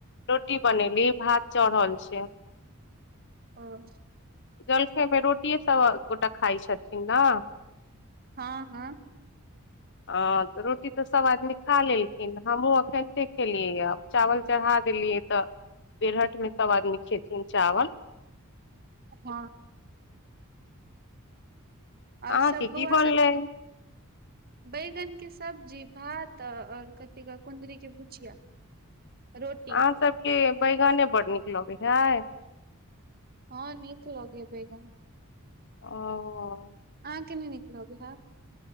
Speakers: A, on the left; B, on the right.
A: रोटी बनेली भात चढ़ल छै
B: ह
A: जलखइ मे रोटिए सब गोटा खाय छथिन ने
B: हँ हँ
A: ह तऽ रोटी तऽ सब आदमी खा लेलखिन हमहहुँ एखनिते खेलियै चावल चढ़ा देलियै तऽ पेरहठ में सब आदमी खेथिन चावल
B: हँ आओर
A: अहाँ
B: सब
A: के की
B: बुआ
A: बनलै
B: सब ठीक बैगन के सब्जी भात और कथी कह कुन्दरी के भुजिया रोटी
A: अहाँ सबके बैगने बड़ नीक लगे हय
B: हँ नीक लगे बैगन
A: ओ
B: आह कनी निकलाग इ है